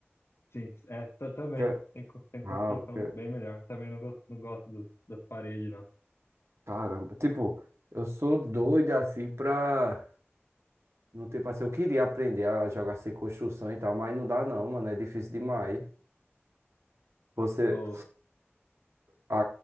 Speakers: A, on the left; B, on the right.
A: Sim, é, ta- também.
B: Porque,
A: Tem, co- tem
B: ah,
A: construção
B: porque,
A: bem melhor. Também não gosto, não gosto dos- das paredes, não.
B: caramba, tipo, eu sou doido assim pra. No tempo assim, eu queria aprender a jogar sem construção e tal, mas não dá não, mano, é difícil demais. Você,
A: Ou,
B: A,